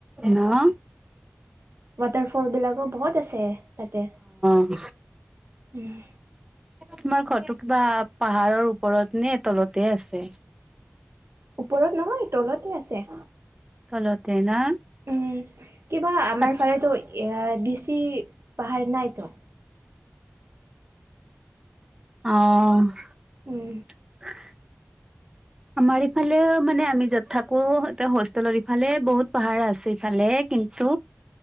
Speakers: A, on the right (about 15°); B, on the right (about 70°).
A: নহ
B: ৱাটাৰ ফল বিলাকো বহুত আছে তাতে
A: অ
B: উম
A: তোমাৰ ঘৰটো কিবা পাহাৰৰ ওপৰত নে তলতে আছে
B: ওপৰত নহয় তলতে আছে
A: তলতে না
B: উম কিবা আমাৰ
A: তাত
B: ফালেতো এ বেছি পাহাৰ নাইতো
A: অ
B: উম
A: <unintelligible> আমাৰ ইফালেও মানে আমি য'ত থাকো ইয়াতে হোষ্টেলৰ এইফালে বহুত পাহাৰ আছে এইফালে কিন্তু